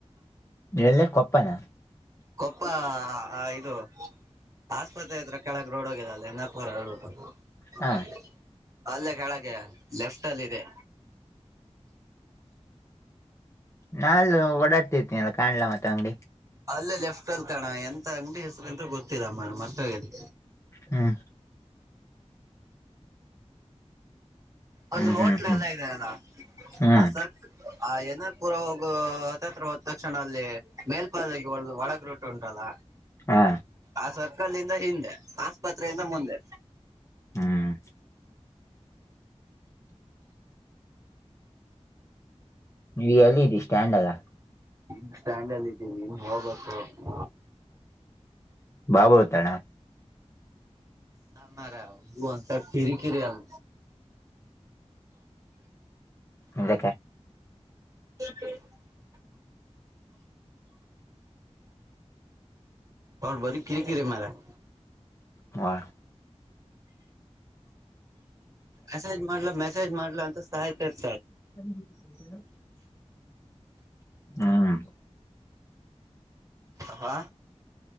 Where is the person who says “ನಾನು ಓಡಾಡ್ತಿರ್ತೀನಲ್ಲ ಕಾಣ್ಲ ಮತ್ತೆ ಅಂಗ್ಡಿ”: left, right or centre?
Left